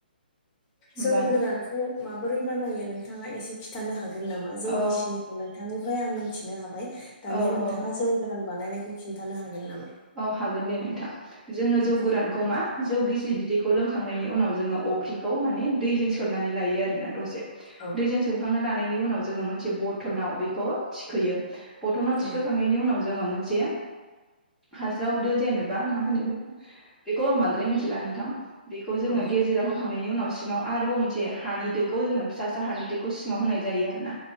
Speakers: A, in the centre; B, on the left (about 25°).
A: होमबा
B: जौ गोरानखौ माबोरै बानायो नोंथाङा एसे खिन्थानो हागोन नामा जौ
A: औ
B: गिसिनिखौ नोंथांनिफ्राय आं मिथिनो हाबाय दानिया
A: औ
B: नोंथाङा
A: औ
B: जौ गोरान बानायनाय बे खौ खिन्थानो हागोन नामा?
A: औ हागोन दे नोंथां जोङो जौ
B: औ
A: गोरानखौ मा जौ गिसि बिदैखौ लोंखांनायनि उनाव जो अफ्रिखौ म दैजों सनानै ल आरोना दसे
B: औ
A: दै सखां ला उनाव जोङो मोनसेनखौ थिखयो बथनाव
B: औ
A: थिखांनायनि उनाव जोङो मोनसेया हास्रावदो जेनेबा मा होनो बे बेखौ आं बांद्राय मिथिला नोंथां बेखौ जोङो
B: औ
A: गेजेराव होखांनायनि उनाव सिङाव आरोबाव मोनसे हानि दोखौ जोङो फिसासा हानि दोखौ सिङाव होनाय जायो आरोना